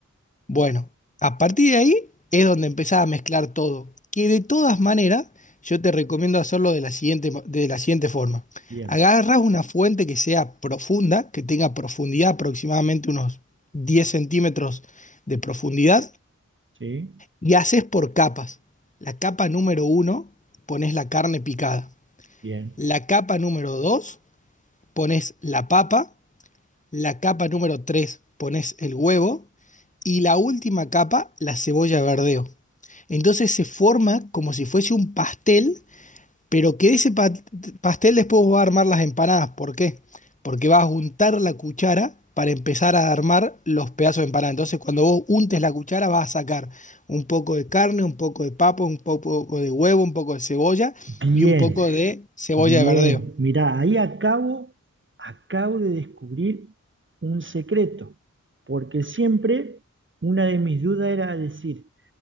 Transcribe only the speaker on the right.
Bien,
¿sí?
Bien.
Bien,
bien.
Mirá, ahí acabo, acabo de descubrir un secreto, porque siempre una de mis dudas era decir,